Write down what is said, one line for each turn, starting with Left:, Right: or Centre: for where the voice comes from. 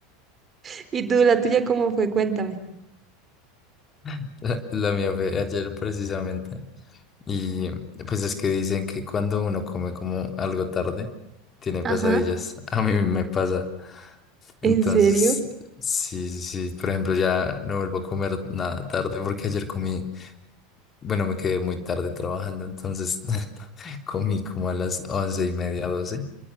Right: <laughs> ¿Y tú, la tuya, cómo fue? Cuéntame.
Left: <laughs> La mía fue ayer precisamente. Y pues es que dicen que cuando uno come como algo tarde, tiene
Right: Ajá.
Left: pesadillas. <laughs> A mí me pasa. Entonces,
Right: ¿En serio?
Left: sí, sí, sí. Por ejemplo, ya no vuelvo a comer nada tarde porque ayer comí. Bueno, me quedé muy tarde trabajando, entonces <laughs> comí como a las once y media, doce,